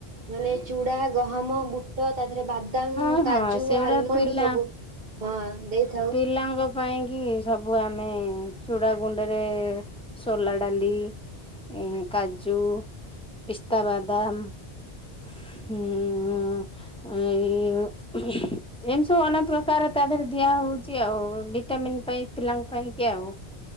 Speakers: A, on the right; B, in the centre.
A: ମାନେ ଚୁଡ଼ା, ଗହମ, ବୁଟ ତା ଦେହରେ ବାଦ ଦାମ,
B: ହଁ ହଁ
A: କାଜୁ,
B: ସେଗୁଡା
A: ଆଲମଣ୍ଡ
B: ପିଲା
A: ସବୁ ହଁ ଦେଇଥାଉ।
B: ପିଲାଙ୍କ ପାଇଁ କିି ସବୁ ଆମେ ଚୁଡ଼ା ଗୁଣ୍ଡରେ ସୋଲା ଡାଲି ଏଁ କାଜୁ ପିସ୍ତାବାଦାମ ହୁଁ - ଉଁ। ଉଁ। ଏମିତି ସବୁ ଅନେକ ପ୍ରକାର ତା ଦେହରେ ଦିଆ ହଉଛି ଆଉ। ଭିଟାମିିନ ପାଇଁ ପିଲାଙ୍କ ପାଇଁ କି ଆଉ।